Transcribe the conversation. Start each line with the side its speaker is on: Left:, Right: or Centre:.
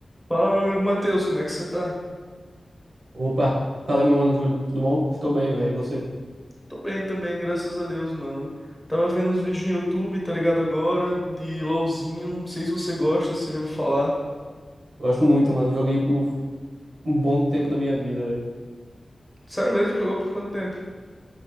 Centre: Fala, meu amigo Matheus, como é que você tá?
Right: Opa, fala meu mano Júlio, tudo bom? Estou bem, velho, e você?
Centre: Tô bem também, graças a Deus, mano. Tava vendo uns vídeos no YouTube, tá ligado agora, de LOLzinho. Não sei se você gosta, se você já ouviu falar.
Right: Gosto muito, mano, joguei por um bom tempo da minha vida, velho.
Centre: Sério mesmo, jogou por quanto tempo?